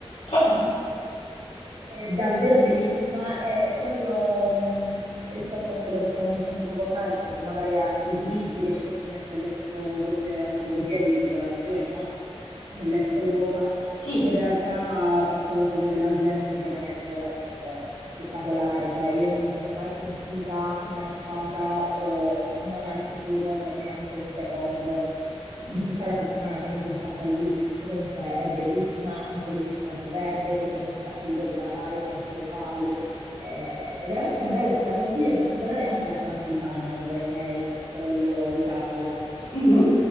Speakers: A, on the left; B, on the right.
A: <laughs>
B: <laughs> È davvero bellissima, è proprio mh, rispetto a quello che stavamo dicendo poco fa, rispetto magari ai pregiudizi che ci possono essere verso questa tipologia di popolazioni, no? Dell'Est Europa.
A: Sì.
B: In realtà ho trovato della gente veramente, veramente spettacolare, cioè io non mi sono mai sentita minacciata o non al sicuro per neanche un secondo di tutta la settimana che mi sono fatta lì, che comunque è bellissima, anche lì c'è tanto verde, ci sono un sacco di cose da fare, tanti locali, eh, è veramente bella e te la consiglio, in particolare anche la Transilvania, dove c'è il castello di Dracula.
A: Mhm.